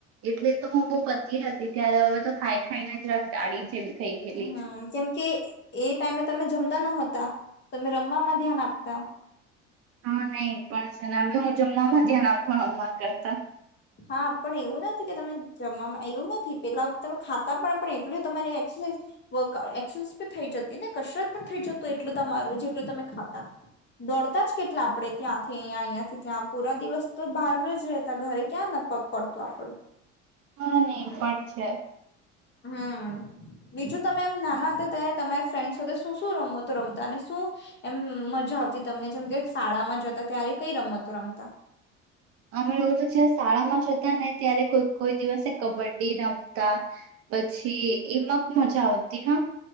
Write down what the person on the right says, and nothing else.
એટલે તો હું બહ પતિ હતી ત્યારે હવે તો ખાઈ ખાઈને જ રખ ડાળી જેવી થઈ ગયેલી
છું.
હા નહી એ પણ છે ને હવે હું જમ ધ્યાના ભવા કરતા
હા નહી પણ છે
અમે લોકો તો જ શાળામાં જતા ને ત્યારેઈ કોઈ દિવસે કબડ્ડી રમતા પછી એમાં મજા આવતી હા